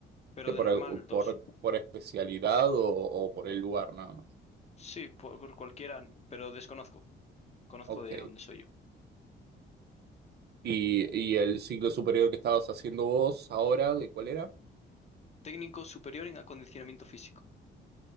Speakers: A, on the left (about 35°); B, on the right (about 55°).
A: pero
B: ¿Que
A: de
B: por,
A: normal dos.
B: por, por especialidad o, o por el lugar nada más?
A: Sí, por por cualquiera, pero desconozco. Conozco
B: Ok.
A: de dónde soy yo.
B: ¿Y, y el ciclo superior que estabas haciendo vos ahora, de cuál era?
A: Técnico superior en acondicionamiento físico.